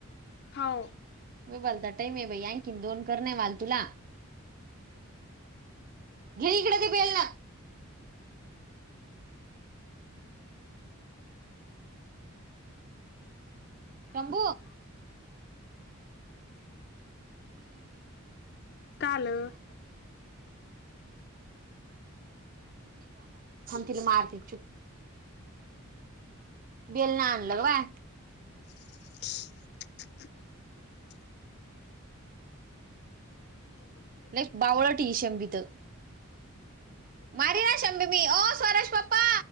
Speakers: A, on the left; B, on the right.
A: हो
B: ब बोलता टाईम आहे बाई आणखीन दोन करण नाही माल तुला घे इकडे ते बेल ना. <unintelligible> <unintelligible> थांब
A: काल
B: तिला मारते. बेलन आनल गं बया
A: <unintelligible> <inaudible>
B: लई बावळट हि शमभी तर
A: <unintelligible>
B: मारीन शंभि मी ओ स्वरा चे पप्पा